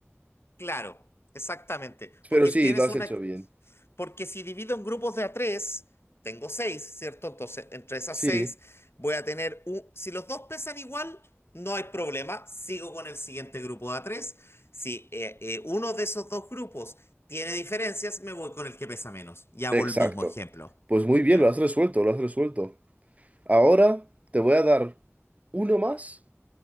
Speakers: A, on the left; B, on the right.
A: Claro, exactamente,
B: Pero
A: porque
B: sí,
A: tienes
B: lo has
A: una...
B: hecho bien.
A: Porque si divido en grupos de a tres, tengo seis, ¿cierto? Entonces, entre esas
B: Sí,
A: seis voy a tener un... Si los dos pesan igual, no hay problema. Sigo con el siguiente grupo de a tres. Si eh, eh, uno de esos dos grupos tiene diferencias, me voy con el que pesa menos. Y hago
B: exacto.
A: el mismo ejemplo.
B: Pues muy bien,
A: Ya.
B: lo has resuelto, lo has resuelto. Ahora te voy a dar uno más